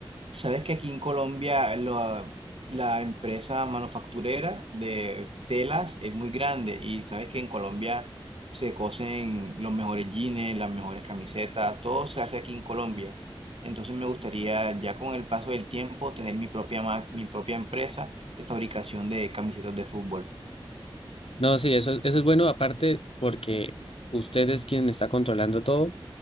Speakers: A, on the right (about 80°); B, on the left (about 80°).
A: sabes que aquí en Colombia la, la empresa manufacturera de telas es muy grande y sabes que en Colombia se cosen los mejores jeans, las mejores camisetas, todo se hace aquí en Colombia. Entonces me gustaría ya con el paso del tiempo tener mi propia, ma- mi propia empresa de fabricación de camisetas de fútbol.
B: No, sí, eso, eso es bueno, aparte porque usted es quien está controlando todo.